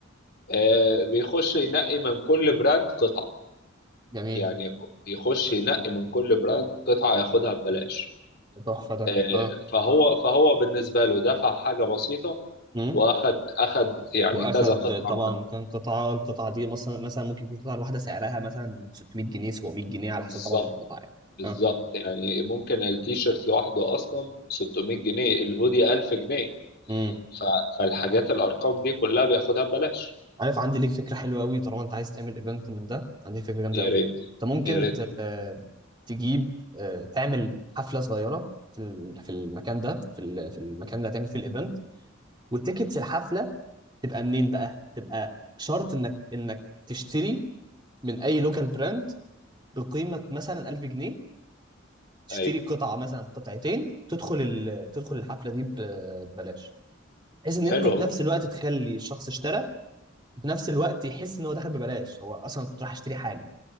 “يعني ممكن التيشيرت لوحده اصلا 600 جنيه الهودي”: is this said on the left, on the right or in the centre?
Left